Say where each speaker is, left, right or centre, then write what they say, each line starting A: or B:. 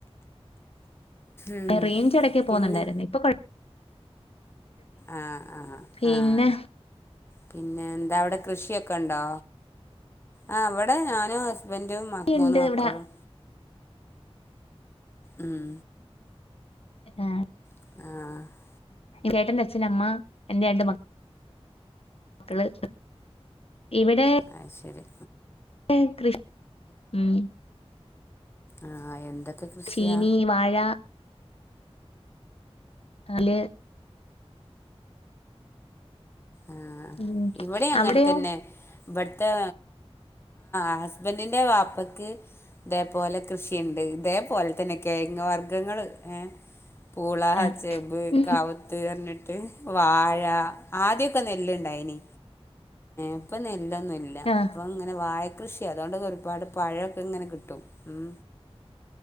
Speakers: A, on the left; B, on the left.
A: ഉം
B: റേഞ്ച് എടക്ക് പോകുന്നുണ്ടായിരുന്നു
A: പിന്നെ
B: ഇപ്പൊ കൊയാ..
A: ആഹ ആഹ്
B: പിന്നെ
A: ആഹ.. പിന്നെ എന്താ അവിടെ കൃഷിയൊക്കെ ഉണ്ടോ ആ ഇവിടെ ഞാനും ഹസ്ബൻ.. ഹസ്ബൻറ്റും
B: വീട്ടിലൊക്കെയുണ്ട്
A: മൂന്ന് മക്കളും..
B: ഇവിടെ
A: ഉം..
B: ആഹ..
A: ആഹ..
B: ചെട്ടന് അച്ഛൻ അമ്മ എന്റെ രണ്ട് മക്കൾ.. മക്കള് ഇവിടെ..
A: അഹ് ശെരി..
B: ഇവിടെ കൃഷി ഉം..
A: ആ അ എന്തൊക്കെ.. കൃഷിയാ
B: ചീനി വാഴ.. അല്..
A: ആഹ
B: ഉം
A: ഇവിടെ അങ്ങനെ
B: അവിടെയോ
A: തന്നെ.. ഇവിടെത്തെ ഹസ്ബൻഡ് ന്റെ വാപ്പക്ക്.. ഇതേപോലെ കൃഷിയുണ്ട് ഇതേപോലെ തന്നെ കെഴങ്‌ വർഗ്ഗങ്ങൾ ഏ.. പൂള
B: ആ
A: ചെമ്പ്
B: ഉം
A: കവുത്ത് പറഞ്ഞിട്ട് വാഴ ആദ്യെ.. ക്കെ നെല്ല് ഇണ്ടായിന് ഇപ്പോ നെല്ലൊന്നുല്ല
B: ആഹ്
A: ഇപ്പ ഇങ്ങനെ വാഴാ.. കൃഷി അതുകൊണ്ട് ഒരുപാട് പഴക്കെ ഇങ്ങനെ കിട്ടും ഉം